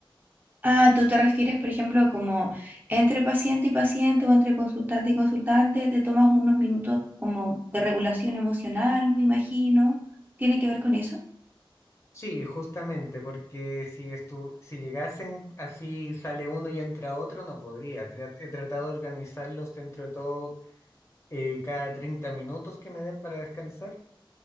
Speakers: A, on the right; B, on the left.
A: Ah, tú te refieres, por ejemplo, como entre paciente y paciente o entre consultante y consultante, te tomas unos minutos como de regulación emocional, me imagino. ¿Tiene que ver con eso?
B: Sí, justamente, porque si estu si llegasen así sale uno y entra otro, no podría. Tra- he tratado de organizarlos dentro de todo eh, cada 30 minutos que me den para descansar